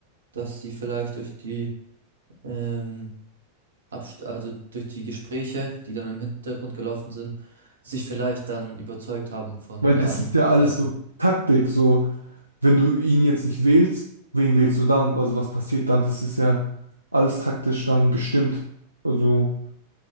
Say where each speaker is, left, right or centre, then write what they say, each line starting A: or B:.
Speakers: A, on the right (about 70°); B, on the right (about 80°).
A: dass sie vielleicht durch die, ähm, Abst also durch die Gespräche, die dann im Hintergrund gelaufen sind, sich vielleicht dann überzeugt haben von
B: Weil
A: der
B: das
A: anderen
B: ist ja alles
A: Seite.
B: so Taktik, so wenn du ihn jetzt nicht wählst, wen wählst du dann? Also was passiert dann? Das ist ja alles taktisch dann bestimmt. Also